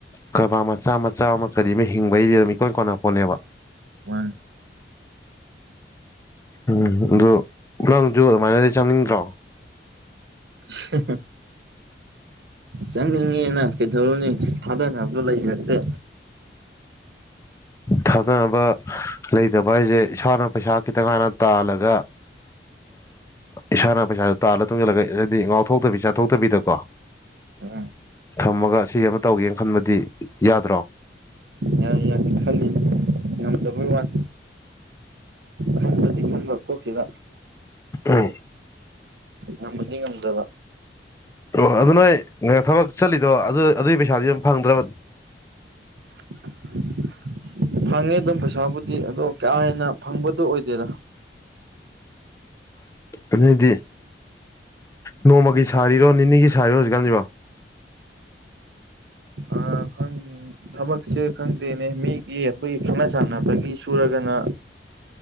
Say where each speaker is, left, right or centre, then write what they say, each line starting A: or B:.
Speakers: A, on the left; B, on the right.
A: ꯀꯔꯕꯥꯔ ꯃꯆꯥ ꯃꯆꯥ ꯑꯃ ꯀꯔꯤ ꯑꯃ ꯍꯤꯡꯕꯒꯤ ꯂꯩꯔꯝꯃꯤꯀꯣꯟ ꯀꯣꯟꯅꯄꯣꯟꯠꯅꯦꯕ
B: ꯋꯥꯟ
A: ꯎꯝ ꯑꯗꯨ ꯅꯪꯁꯨ ꯑꯗꯨꯃꯥꯏꯅꯗꯤ ꯆꯪꯅꯤꯡꯗ꯭ꯔꯣ
B: <unintelligible> ꯆꯪꯅꯤꯡꯉꯦꯅ ꯀꯩꯗꯧꯔꯨꯅꯤ ꯊꯥꯗꯅꯕꯗꯣ ꯂꯩꯖꯛꯇꯦ
A: ꯊꯥꯗꯅꯕ ꯂꯩꯇꯕ ꯍꯥꯏꯁꯦ ꯏꯁꯥꯅ ꯄꯩꯁꯥ ꯈꯤꯇꯪ ꯍꯥꯟꯅ ꯇꯥꯜꯂꯒ ꯏꯁꯥꯅ ꯄꯩꯁꯥꯗꯨꯣ ꯇꯥꯜꯂ ꯇꯨꯡꯁꯤꯜꯂꯒ ꯍꯥꯏꯗꯤ ꯉꯥꯎꯊꯣꯛꯇꯕꯤ ꯆꯥꯊꯣꯛꯇꯕꯤꯗꯀꯣ
B: ꯑ
A: ꯊꯝꯃꯒ ꯁꯤ ꯑꯃ ꯇꯧꯒꯦꯅ ꯈꯟꯕꯗꯤ ꯌꯥꯗ꯭ꯔꯣ
B: ꯌꯥꯏ ꯌꯥꯏ ꯈꯜꯂꯤ ꯉꯝꯗꯕꯩ ꯋꯥ ꯈꯟꯝꯕꯗꯤ ꯈꯕꯣꯁꯤꯗ
A: ꯎ
B: ꯌꯥꯝꯃꯗꯤ ꯉꯝꯗꯕ
A: ꯑꯣ ꯑꯗꯨ ꯅꯣꯏ ꯊꯕꯛ ꯆꯠꯂꯤꯗꯣ ꯑꯗꯨ ꯑꯗꯨꯒꯤ ꯄꯩꯁꯥꯗꯤ ꯌꯥꯝ ꯐꯪꯗ꯭ꯔꯕ
B: <unintelligible> <unintelligible> ꯐꯪꯉꯦ ꯑꯗꯨꯝ ꯄꯩꯁꯥꯕꯨꯗꯤ ꯑꯗꯣ ꯀꯥ ꯍꯦꯟꯅ ꯐꯪꯕꯗꯨꯣ ꯑꯣꯏꯗꯦꯅ
A: ꯑꯗꯨꯗꯤ ꯅꯣꯡꯃꯒꯤ ꯁꯥꯔꯤꯔꯣ ꯅꯤꯅꯤꯒꯤ ꯁꯥꯔꯤꯔꯣ ꯍꯧꯖꯤꯛꯀꯥꯟꯁꯤꯕꯣ
B: ꯑ ꯀꯣꯏꯅꯤ ꯊꯕꯛꯁꯦ ꯈꯪꯗꯦꯅꯦ ꯃꯤꯒꯤ ꯑꯩꯈꯣꯏꯒꯤ ꯈꯪꯅ ꯆꯥꯟꯅꯕꯒꯤ ꯁꯨꯔꯒꯅ